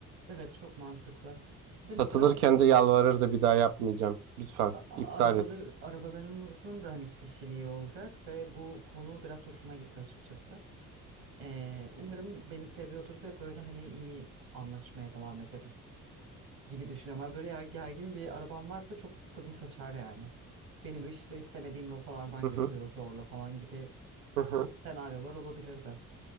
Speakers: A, on the right (about 55°); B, on the right (about 80°).
A: Evet çok mantıklı. Bir
B: Satılırken
A: de mesela
B: de yalvarırdı bir daha yapmayacağım. Lütfen
A: a- a-
B: iptal
A: arabalar
B: et.
A: arabalarımızın da hani kişiliği olacak ve bu konu biraz hoşuma gitti açıkçası. Ee, umarım beni seviyordur ve böyle hani iyi anlaşmaya devam ederiz gibi düşünüyorum. Ama böyle eğer gergin bir arabam varsa çok tadım kaçar yani. Beni bu işte istemediğim rotalardan
B: Hı
A: götürüyor
B: hı.
A: zorla falan gibi
B: hı hı.
A: senaryolar olabilirdi.